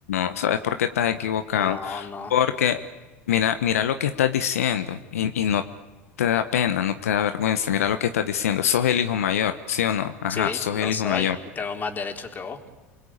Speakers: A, on the left; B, on the left.
A: no, ¿sabes por qué estás equivocado?
B: No, no.
A: Porque mira, mira lo que estás diciendo y, y no te da pena, no te da vergüenza. Mira lo que estás diciendo. Sos el hijo mayor, ¿sí o no? Ajá,
B: Sí,
A: sos
B: lo
A: el
B: soy
A: hijo mayor.
B: y tengo más derecho que vos.